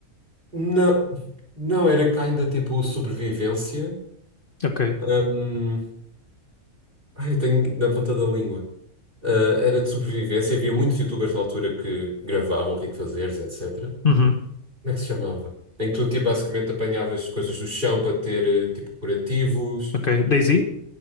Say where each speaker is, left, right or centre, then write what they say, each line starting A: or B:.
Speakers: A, on the right; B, on the left.
A: Não, não, era cá ainda tipo sobrevivência.
B: Ok.
A: Hum, ai, eu tenho na ponta da língua. Ah, era de sobrevivência. Havia muitos youtubers na altura que gravavam, Rico Fazeres, etc.
B: Uhum.
A: Como é que se chamava? Em que tu tipo, basicamente apanhavas coisas do chão para ter eh, tipo curativos,
B: Ok. DayZ?
A: para ter...